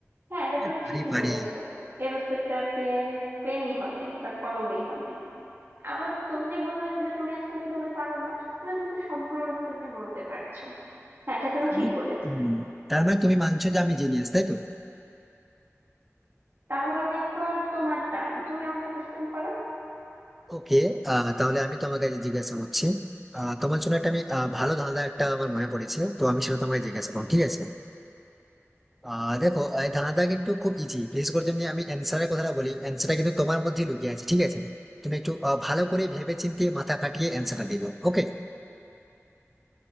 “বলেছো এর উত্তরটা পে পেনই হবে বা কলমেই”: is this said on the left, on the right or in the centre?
Right